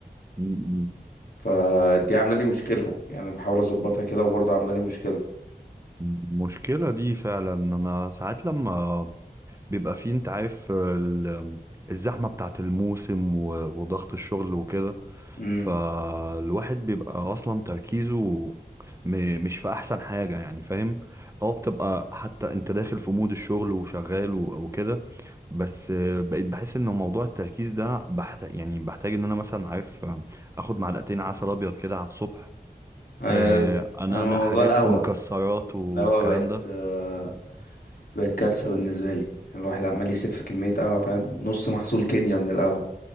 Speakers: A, on the right (about 15°); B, on the left (about 65°).
A: مم.
B: فدي عاملة لي مشكلة يعني أنا بحاول اظبطها كده وبرضو عاملة لي مشكلة
A: المشكلة دي فعلا أنا ساعات لما بيبقى فيه أنت عارف ال- الزحمة بتاعت الموسم و- وضغط الشغل وكده
B: امم
A: فالواحد بيبقى أصلا تركيزه م- مش في أحسن حاجة يعني فاهم أه بتبقى حتى أنت داخل في مود الشغل وشغال و- وكده بس بقيت بحس إن موضوع التركيز ده بحتاج يعني بحتاج إن أنا مثلا عارف آخد معلقتين عسل أبيض كده على الصبح
B: آه،
A: آه، أنقنق
B: انا موضوع
A: حاجات
B: القهوة
A: مكسرات والكلام
B: القهوة بقت
A: ده
B: آه، بقت كارثة بالنسبة لي الواحد عمال يسف كمية قهوة فاهم نص محصول كينيا من القهوة